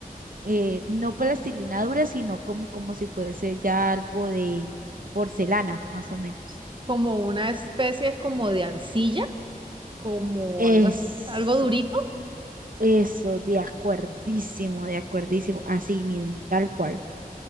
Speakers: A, on the right; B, on the right.
A: eh, no plastilina dura, sino como, como si fuese ya algo de porcelana, más o menos.
B: como una especie como de arcilla, como
A: Eso,
B: algo así, algo durito.
A: eso, de acuerdísimo, de acuerdísimo, así mismo, tal cual.